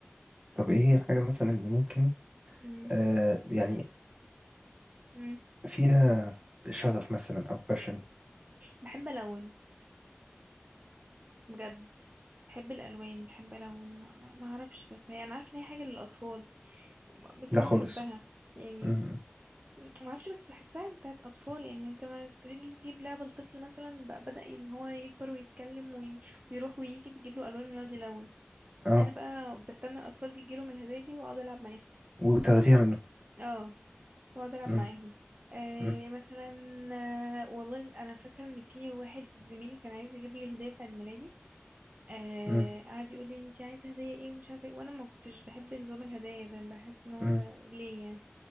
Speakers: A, on the right; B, on the right.
A: طب ايه هي الحاجة مثلا اللي ممكن
B: امم
A: آه يعني
B: امم
A: فيها شغف مثلا او باشن
B: بحب الون بجد بحب الالوان بحب الون ما, ما, ما اعرفش بس هي انا عارفه ان هي حاجه للاطفال بس
A: لا
B: انا
A: خالص
B: بحبها يعني
A: مم.
B: ما اعرفش بس بحسها بتاعت اطفال يعني انت ما تيجي تجيب لعبه لطفل مثلا بقى بدا ان هو يكبر ويتكلم وي... ويروح ويجي بتجيب له الوان ويقعد يلون
A: اه
B: انا بقى بستنى الاطفال دي تجيلهم الهدايا دي واقعد العب معاهم
A: وتاخديها منه
B: اه واقعد العب
A: مم.
B: معاهم آه
A: مم.
B: مثلا آه والله انا فاكره ان في واحد زميلي كان عايز يجيب لي هديه في عيد ميلادي آه
A: مم.
B: قعد يقول لي انت عايزه هديه ايه ومش عارفه ايه وانا ما كنتش بحب نظام الهدايا ده بحس ان هو
A: مم.
B: ليه يعني